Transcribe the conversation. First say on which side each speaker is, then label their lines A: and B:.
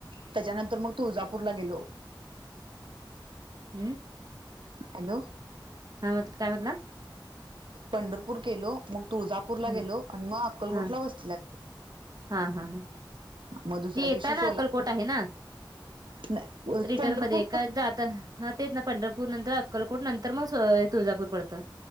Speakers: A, on the right; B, on the right.
A: त्याज्यानंतर म तुळजापूर ला गेलो.
B: हम्म.
A: हॅलो.
B: हां म, काय म्हटला?
A: पंढरपूर केलो मग तुळजापूरला
B: हम्म
A: गेलो आणि म अक्कलकोटला
B: हा
A: वस्तीला
B: हा हा हा,
A: मग दुसऱ्या
B: जे येता
A: दिवशी सोलापूर
B: ना अक्कलकोट आहे ना?
A: नाही
B: रिटर्न
A: पंढरपूर
B: मध्ये का जाता हा तेच ना पंढरपूर नंतर अक्कलकोट नंतर म सोय तुळजापूर पडत.